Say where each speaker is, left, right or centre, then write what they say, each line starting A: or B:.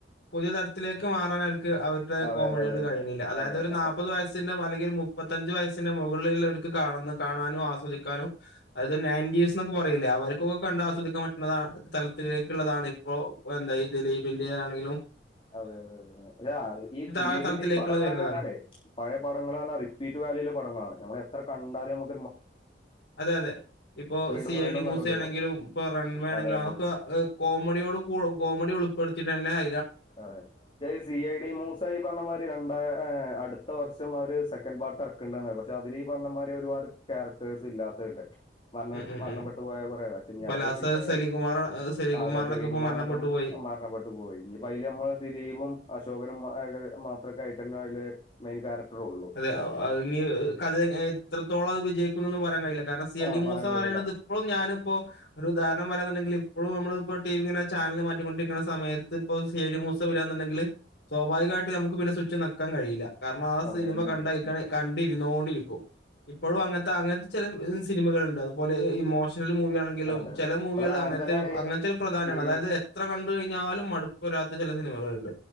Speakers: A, on the left (about 65°); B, on the left (about 30°).
A: പുതിയ തരത്തിലേക്ക് മാറാൻ അവർക്ക് അവരുടെ
B: അതെ
A: കോമഡിയോട്
B: അതെ അതെ
A: കഴിയുന്നില്ല അതായത്
B: അതെ
A: ഒരു
B: അതെ
A: നാപ്പത് വയസിന്റെ അല്ലെങ്കിൽ ഒരു മൂ- മൂപത്തഞ്ചു വയസിന്- മുകളിലൊള്ളവർക്ക് അവർക്ക് കാണ കാണാനും ആസ്വദിക്കാനും അതത് നയൻറീസ് എന്നൊക്കെ പറയില്ലേ അവർക്കൊക്കെ കണ്ട ആസ്വദിക്കാൻ പറ്റുന്നതാണ് തലത്തിലേക്കുള്ളതാണ് ഇപ്പോ എന്താഈ ദിലീപിന്റെ തണെങ്കിലും-
B: അതെ അതെ അതെ അത ഈ ദിലീപിന്റെ
A: ആ തലത്തിലേക്കുള്ളത്
B: ഈ പടങ്ങളെഞ്ഞാലേ
A: വരുന്നതാണ്
B: പഴയ പടങ്ങളാൽ റിപ്പീറ്റ് <unintelligible> പടങ്ങളാണ് നമ്മൾ എത്ര കണ്ടാലും നമുക്ക്-
A: അതെ അതെ ഇപ്പോ
B: വീണ്ടും
A: സി
B: വീണ്ടും
A: ഐ ഡി മ്യൂസ
B: കണ്ടോണ്ടിരിക്കും
A: ആണെങ്കിലും ഇപ്പൊ റൺവേ ആണെങ്കിലും
B: അതെ
A: അതൊക്കെ കോമഡിയോ- ഇപ്പോ കോമഡി ഉൾപ്പെടുത്തി തന്നെ ആ-
B: അതെ സി ഐ ഡി മൂസായി പറഞ്ഞ മാതി രണ്ട അടുത്ത വർഷം ഒരു സെക്കഡ് പാർ- ഇറക്കണ്ടന്ന പക്ഷെ അതില് ഈ പറഞ്ഞമാതിരി ഒരുപാട് ക്യാരക്ടേഴ്സ് ഇല്ലാത്തണ്ട് മരണ
A: ഉം ഉം
B: മരണപ്പെട്ടു
A: ഉം.
B: പോയ കൊറ പക്ഷെ ഇനി
A: ഇപ്പൊ
B: അവര്
A: ലാസ്റ്റ്
B: പിന്നെ
A: സലീംകുമാർ സലീംകുമാറിനൊക്കെ
B: അതെ സെലികുമാർടക്കം
A: ഇപ്പൊ മരണപ്പെട്ടു പോയി.
B: മരണപ്പെട്ടു പോയി ഇനിപ്പ അയില് നമ്മള് ദിലീപും അശോകനും മാത്രക്കെ ആയിട്ട തന്നെ അതില്- മെയിൻ ക്യാരക്ടർ ഉള്ളൂ
A: അതെ അ കഥ എത്രത്തോളം അത് വിജയിക്കുന്നൊന്നും പറയാൻ കഴയില്ല കാരണം സി ഐ
B: ആ
A: ഡി മൂസം
B: പറയാൻ
A: എന്ന്
B: കഴിയില്ല
A: പറയണുന്നത് ഇപ്പോഴും ഞാനിപ്പോ ഒരു ഉദാഹരണം പറയാനുണ്ടെങ്കിൽ ഇപ്പോഴും നമ്മള്- ടി വിങ്ങനെ ചാനലിൽ മാറ്റിക്കൊണ്ടിരിക്കുന്ന സമയത്ത് ഇപ്പോ സി ഐ ഡി മൂസം വരുവാ എന്നുണ്ടെങ്കില് സ്വാഭാവികമായിട്ട് നമുക്ക് പിന്നെ- ആസ്വാധിച്ചനിൽക്കാൻ കഴില്ല കാരണം ആ
B: അതെ
A: സിനിമ
B: അതെ
A: കണ്ട
B: അതെ
A: കണ്ടിരുന്നോണ്ടി- ഇപ്പോഴും അങ്ങനത്തെ അങ്ങനത്തെ ചില സിനിമകൾളു ണ്ടാകും അതുപോലെ ഇമോഷണൽ മൂവിയ ആണെങ്കിലും
B: അതെ
A: ചില
B: അതെ
A: മൂവികൾ
B: അത്
A: അങ്ങനത്തെ
B: അങ്ങനെ തന്നെയാണ്
A: ഒരു പ്രധാനമാണ്
B: ഈ
A: അതായത് എത്ര കണ്ട് എന്നാലും മടുപ്പ് വരാത്ത ചില സിനിമകളുണ്ട്